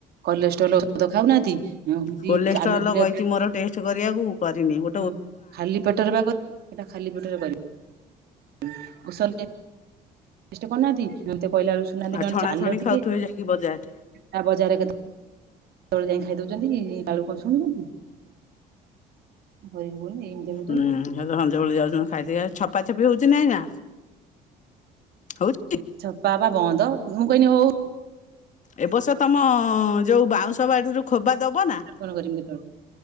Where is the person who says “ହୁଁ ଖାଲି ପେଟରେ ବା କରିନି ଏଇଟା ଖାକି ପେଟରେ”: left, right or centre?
Right